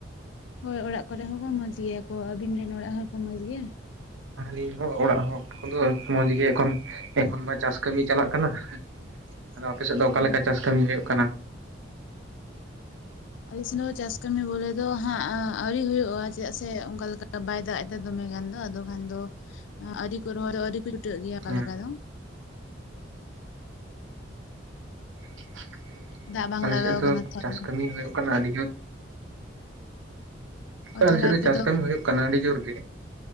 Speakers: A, on the left; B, on the right.
A: ᱦᱳᱭ ᱚᱲᱟᱜ ᱠᱚᱨᱮ ᱦᱚᱸ ᱠᱚ, ᱢᱚᱸᱡᱽ ᱜᱮᱭᱟ ᱠᱚ, ᱟᱵᱤᱱ ᱨᱮᱱ ᱚᱲᱟᱜ ᱦᱚᱲ ᱠᱚ ᱢᱚᱸᱡᱽ ᱜᱮᱭᱟ?
B: ᱟᱹᱞᱤᱧ ᱦᱚᱸ, ᱚᱲᱟᱜ ᱦᱚᱲ ᱠᱚᱫᱚ, ᱢᱚᱸᱡᱽ ᱜᱮ, ᱮᱠᱷᱚᱱ, ᱮᱠᱷᱚᱱ ᱢᱟ ᱪᱟᱥ ᱠᱟᱹᱢᱤ ᱪᱟᱞᱟᱜ ᱠᱟᱱᱟ᱾ <inaudible> ᱟᱫᱚ ᱟᱯᱮ ᱥᱮᱫ ᱫᱚ,
A: ᱦᱳᱭ
B: ᱚᱠᱟ ᱞᱮᱠᱟ ᱪᱟᱥ ᱠᱟᱹᱢᱤ ᱦᱩᱭᱩᱜ ᱠᱟᱱᱟ?
A: ᱟᱞ ᱥᱮᱫ ᱫᱚ, ᱪᱟᱥ ᱠᱟᱹᱢᱤ ᱵᱚᱞᱮ ᱫᱚ ᱦᱟᱸᱜ, ᱟᱣᱨᱤ ᱦᱩᱭᱩᱜᱼᱟ, ᱪᱮᱫᱟᱜ ᱥᱮ, ᱚᱱᱠᱟ ᱞᱮᱠᱟ, ᱵᱟᱭ ᱫᱟᱜ ᱮᱫᱟ ᱾ ᱫᱚᱢᱮ ᱜᱟᱱ ᱫᱚ, ᱟᱫᱚ ᱠᱷᱟᱱ ᱫᱚ, ᱟᱣᱨᱤ ᱠᱚ, <unintelligible> ᱨᱚᱦᱚᱭ ᱟᱹᱨᱤ ᱠᱚ ᱪᱩᱴᱟᱹᱜ ᱜᱮᱭᱟ ᱚᱱᱠᱟ
B: ᱦᱮᱸ
A: ᱞᱮᱠᱟ ᱫᱚ ᱾
B: <inaudible>
A: ᱫᱟᱜ ᱵᱟᱝ
B: ᱟᱞᱮ
A: ᱞᱟᱜᱟᱣ
B: ᱥᱮᱫ ᱫᱚ,
A: ᱠᱟᱱᱟ ᱛᱚ
B: ᱪᱟᱥ
A: ᱟᱫᱚ᱾
B: ᱠᱟᱹᱢᱤ ᱦᱩᱭᱩᱜ ᱠᱟᱱᱟ ᱟᱹᱰᱤ ᱜᱟᱱ
A: ᱚ
B: ᱟᱞᱮ
A: ᱛᱟᱦᱚᱞᱮ
B: ᱥᱮᱫ ᱫᱚ
A: ᱟᱯᱮ
B: ᱪᱟᱥ ᱠᱟᱢᱤ ᱦᱩᱭᱩᱜ ᱠᱟᱱᱟ, ᱟᱹᱰᱤ ᱡᱳᱨ ᱜᱮ